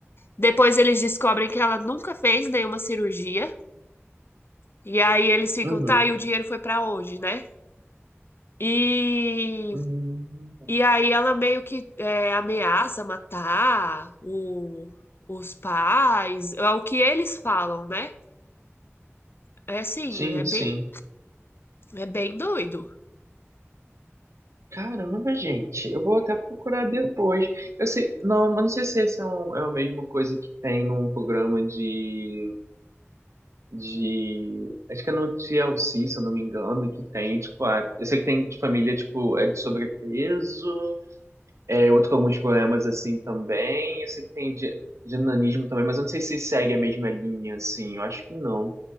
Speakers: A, on the left; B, on the right.
A: Depois eles descobrem que ela nunca fez nenhuma cirurgia. E aí eles ficam,
B: uhum.
A: tá, e o dinheiro foi pra onde, né? E,
B: Hum,
A: e aí ela meio que é, ameaça matar o- os pais, é o que eles falam, né? É assim,
B: sim,
A: é bem,
B: sim.
A: é bem doido.
B: Caramba, gente, eu vou até procurar depois. Eu sei, não, mas não sei se esse é, um, é a mesma coisa que tem num programa de, de, acho que é no TLC, se eu não me engano, que tem, tipo, ah, eu sei que tem de família, tipo, é de sobrepeso, é outro com alguns problemas assim também, eu sei que tem de, de nanismo também, mas eu não sei se segue a mesma linha, assim, eu acho que não.